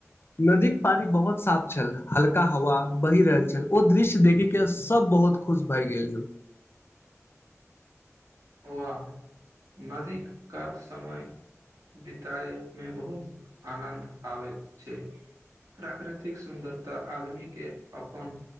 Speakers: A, on the left; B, on the right.
A: नदीक पानी बहुत साफ छल हल्का हवा बहि रहल छल ओ दृश्य देखे के सब बहुत खुश भए गेल
B: वा नदीक कात समय बितय मे बहुत आनन्द आबैत छै प्राकृतिक सुन्दरता आदमी के अपन